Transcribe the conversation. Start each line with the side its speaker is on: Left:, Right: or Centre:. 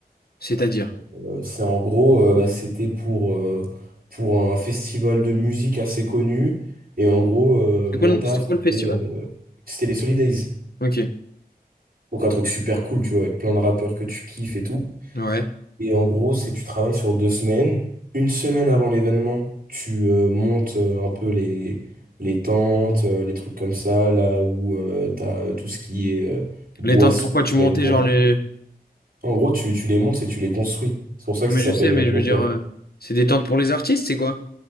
Left: c'est-à-dire.
Right: Euh, c'est en gros, euh, bah, c'était pour euh, pour un festival de musique assez connu, et en gros, euh,
Left: C'était
Right: mon
Left: quoi, le-
Right: taf,
Left: c'était quoi
Right: c'était
Left: le festival?
Right: euh, c'était les Solidays.
Left: Ok,
Right: Donc un truc super cool, tu vois, avec plein de rappeurs que tu kiffes et tout.
Left: ouais.
Right: Et en gros, c'est tu travailles sur deux semaines. Une semaine avant l'événement, tu euh, montes euh, un peu les, les tentes, euh, les trucs comme ça, là où euh, t'as euh, tout ce qui est euh, boisson
Left: Les tentes, pourquoi
Right: qui
Left: tu montais
Right: va être vendu.
Left: genre les...
Right: En gros, tu, tu les montes et tu les construis. C'est pour ça
Left: Non,
Right: que ça
Left: Mais
Right: s'appelle
Left: je sais, mais
Right: euh, monteur.
Left: je veux dire, euh, c'est des tentes pour les artistes, c'est quoi?